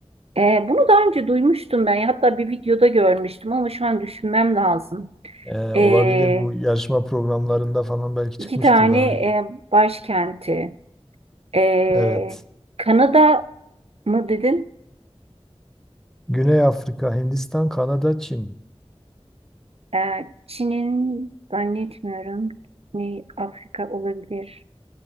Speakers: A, on the right (about 70°); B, in the centre.
A: Ee, bunu daha önce duymuştum ben. Hatta bir videoda görmüştüm ama şu an düşünmem lazım.
B: Ee,
A: Ee,
B: olabilir bu yarışma programlarında falan belki
A: iki
B: çıkmıştır
A: tane
B: daha önce.
A: e, başkenti. Ee,
B: Evet.
A: Kanada mı dedin?
B: Güney Afrika, Hindistan, Kanada, Çin.
A: Ee, Çin'in zannetmiyorum. Ne Afrika olabilir.